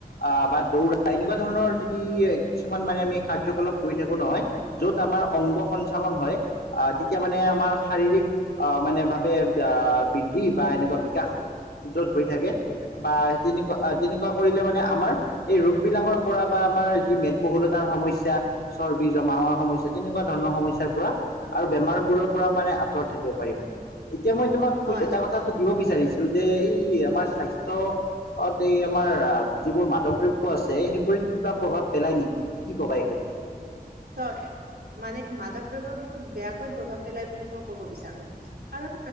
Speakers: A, on the left (about 85°); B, on the right (about 90°).
A: আহ বা দৌৰা এনেকুৱা ধৰণৰ যদি কিছুমান মানে আমি কাৰ্যকলাপ কৰি থাকো নহয় য'ত তোমাৰ মানে অংগ সঞ্চালন হয় তেতিয়া মানে আমাৰ শাৰীৰিক মানে বাবে আহ বৃদ্ধি বা এনেকুৱা বিকাশ। যত হৈ থাকে বা তেনেকুৱা তেনেকুৱা কৰিলে মানে আমাৰ এই ৰোগ বিলাকৰ পৰা বা আমাৰ যি মেদবহুলতাৰ সমস্যা চৰ্বি জমা হোৱা সমস্যা তেনেকুৱা ধৰণৰ সমস্যাৰ পৰা আৰু বেমাৰ বোৰৰ পৰা মানে আঁতৰ থাকিব পাৰিম এতিয়া মই তোমাক
B: হয়,
A: এটা
B: হয়।
A: কথা সুধিব বিচাৰিছো। যে এই আমাৰ স্বাস্থ্যত এই আমাৰ যিবোৰ মাদক দ্ৰব্য আছে সেইবোৰ। কিবা প্ৰভাৱ পেলাই নেকি কি ক'বা এই ক্ষেত্ৰত।
B: তই মানে মাধৱ দ্ৰব্যৰ বহুত বেয়াকৈ প্ৰভাৱ পেলাই বুলি মই কব বিচাৰো। কাৰণ